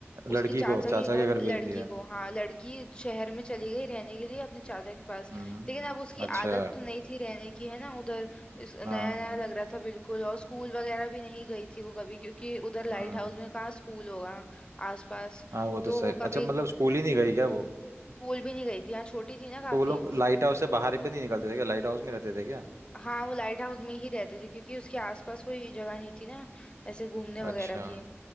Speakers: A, on the left (about 20°); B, on the right (about 80°).
A: उसके
B: लड़की
A: चाचा
B: को चाचा
A: के घर
B: के घर भेज
A: लड़की
B: दिया
A: को हाँ लड़की शहर में चली गई रहने के लिए अपने चाचा के पास
B: हम्म
A: लेकिन अब उसकी
B: अच्छा
A: आदत तो नहीं थी रहने की है ना उधर इस- नया
B: हाँ
A: नया लग रहा था बिल्कुल और स्कूल वगैरह भी नहीं गई थी वो कभी क्योंकि उधर लाइट
B: हम्म
A: हाउस में कहाँ स्कूल होगा आसपास
B: हाँ वो तो
A: तो
B: सही
A: वो कभी
B: अच्छा मतलब स्कूल ही नहीं गई क्या वो
A: स्कूल भी नहीं गई थी हाँ छोटी थी ना काफी
B: तो वो लोग लाइट हाउस से बाहर भी नहीं निकलते थे क्या लाइट हाउस में रहते थे क्या
A: हाँ वो लाइट हाउस में ही रहते थे क्योंकि उसके आसपास कोई जगह नहीं थी ना ऐसे घूमने वगैरह
B: अच्छा
A: की